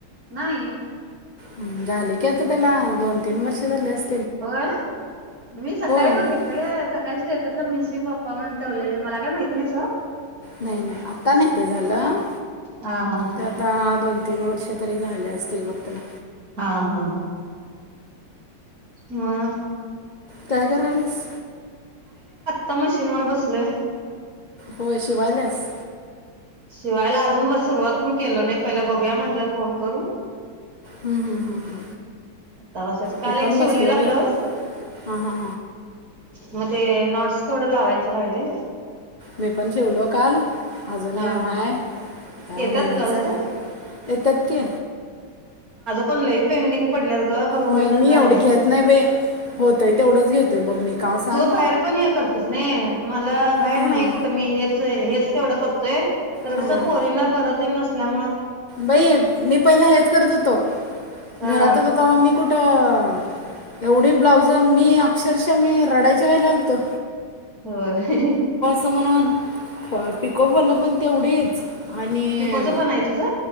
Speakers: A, on the right; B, on the left.
A: नाही
B: हूं झाले की आता त्याला दोन तीन वर्ष झाले अस
A: होय मी सकाळी
B: नाही
A: बघितलं ग सकाळीस स्टेटसला मिस यू पप्पा म्हणून ठेवलेल मला काय माहित नाही सोड.
B: नाही नाही आता नही ते झालं
A: हा हा
B: ते आता दोन तीन वर्ष काहीतरी झाले असतील बघ तेला
A: हा हा हां आ
B: टायगर हल्स
A: त मशीन वर बसलोय.
B: होय शीवायल्यास
A: शिवायला अजून बस सुरुवात पण केलो नाही पहिला बघूया म्हनलं फोन करून
B: हूं हूं हूं
A: आता बसायचं काल
B: हे
A: एक
B: पण
A: शिवलेला
B: बसलय बाई
A: ब्लाऊज
B: हा हा
A: मग ते नॉट्स थोडं लावायचं राहिलय.
B: मी पण शिवलो काल आजूनइ
A: हा हा
B: हाय काय
A: येतात
B: होई नाच
A: ब्लाऊज
B: झालय
A: तेन
B: एतातकी
A: पणलई पेंडिंग पडल्यात ग खरं होईनाच
B: मय मी
A: झालंय.
B: एवढ घेत नाई बाई होतय तेवढंच घे ते बघ मी का सांग
A: तू भाहेर पण हे करतीस नई मला भाहेर
B: हां
A: नाई कुटं मी हेच ज हेच तेवढं करतोय तर
B: हां
A: कस पोरींना बरत ते नसल्याम
B: बाई मी पहिला हेच करत होतो
A: हा
B: घरात च होतो आम्ही कूट ट एवढे ब्लाउज मी अक्षरशः मी रडायच्या घाईला अलतो.
A: होय ही ही
B: त म्हणून पिको फॉल पण तेवढीच आणी
A: पिकोचं
B: अ
A: पण आहे तुझं